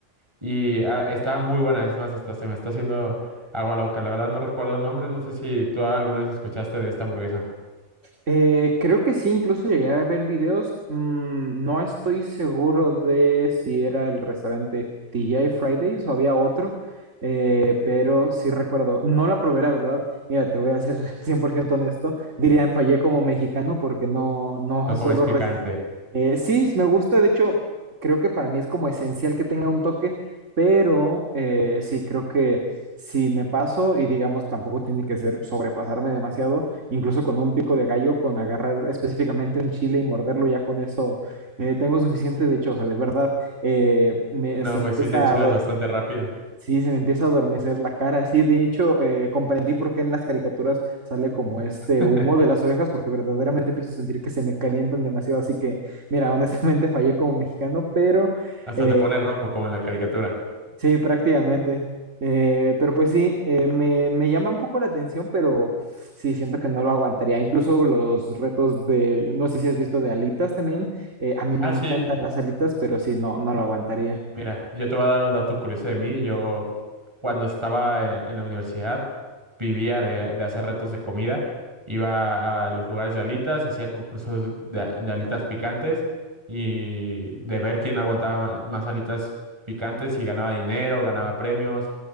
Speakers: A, on the right (about 20°); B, on the right (about 75°).
A: y ah, estaba muy buena, es más, hasta se me está haciendo agua la boca, la verdad no recuerdo el nombre, no sé si tú alguna vez escuchaste de esta hamburguesa,
B: Eh, creo que sí, incluso llegué a ver videos. Mm, no estoy seguro de si era el restaurante TGI Fridays o había otro. eh, pero sí recuerdo, no la probé, la verdad. Mira, te voy a ser <laughs> 100% honesto. Dirían, fallé como mexicano porque no, no
A: no
B: suelo
A: comes picante,
B: <laughs> res- Eh, sí, me gusta, de hecho, creo que para mí es como esencial que tenga un toque, pero eh, sí, creo que si me paso y digamos, tampoco tiene que ser sobrepasarme demasiado, incluso con un pico de gallo, con agarrar específicamente un chile y morderlo, ya con eso eh, tengo suficiente, de hecho, o sea, de verdad, eh, me-
A: no,
B: se
A: pues
B: me empieza
A: sí te enchilas
B: a, do-
A: bastante rápido,
B: Sí, se me empieza a adormecer la cara. Sí, de hecho, eh, comprendí por qué en las caricaturas sale como este
A: <laughs>
B: humo de las orejas, porque verdaderamente empiezo a sentir que se me calientan demasiado. Así que, mira, <laughs> honestamente fallé como mexicano, pero
A: hasta
B: eh,
A: te pones rojo como en la caricatura.
B: sí, prácticamente. Eh, pero pues sí, eh, me, me llama un poco la atención, pero sí, siento que no lo aguantaría. Incluso los retos de, no sé si has visto de alitas también. eh, a mí me
A: Ah,
B: encantan
A: sí,
B: las alitas, pero sí, no, no lo aguantaría.
A: Mira, yo te voy a dar un dato curioso de mí. Yo, cuando estaba en, en la universidad, vivía de, de hacer retos de comida. Iba a los lugares de alitas, hacía concursos de, de alitas picantes y de ver quién aguantaba ma- más alitas picantes y ganaba dinero, ganaba premios.